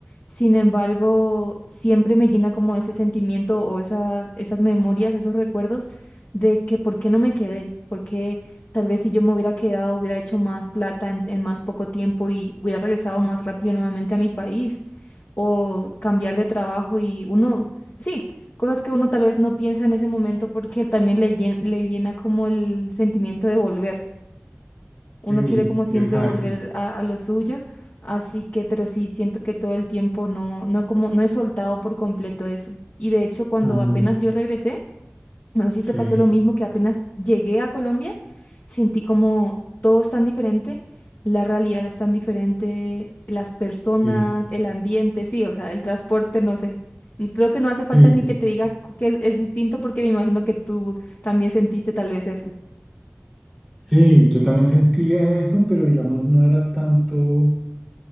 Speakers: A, on the left (about 55°); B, in the centre.
A: Sin embargo, siempre me llena como ese sentimiento o esas, esas memorias, esos recuerdos de que por qué no me quedé, porque tal vez si yo me hubiera quedado hubiera hecho más plata en, en más poco tiempo y hubiera regresado más rápido nuevamente a mi país o cambiar de trabajo y uno, sí, cosas que uno tal vez no piensa en ese momento porque también le, llen- le llena como el sentimiento de volver uno
B: Sí,
A: quiere como siempre
B: exacto.
A: volver a, a lo suyo, así que, pero sí siento que todo el tiempo no, no como, no he soltado por completo eso. Y de hecho, cuando
B: Mm,
A: apenas yo regresé, no sé si
B: sí,
A: te pasó lo mismo, que apenas llegué a Colombia, sentí como todo es tan diferente, la realidad es tan diferente, las personas,
B: sí,
A: el ambiente, sí, o sea, el transporte, no sé. Creo que no hace falta
B: sí.
A: ni que te diga cu- que es es distinto porque me imagino que tú también sentiste tal vez eso.
B: Sí, yo también sentía eso, pero digamos no era tanto,